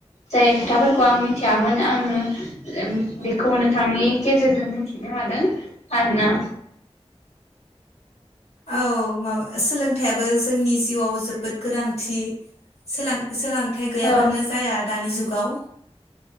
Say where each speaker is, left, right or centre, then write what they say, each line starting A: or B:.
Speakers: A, on the left (about 85°); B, on the left (about 70°).
A: जाय खोथाफोरखौ आं मिथियामोन आंङो बेखौ नोंथांनि गेजेरजों मिथिनो हादों आरोना
B: औ माबा सोलोंथाय बो जोंनि जिउआव जोबोद गोनांथि सोलोंथाइ गैयाबानो
A: औ
B: जाया दानि जुग गाव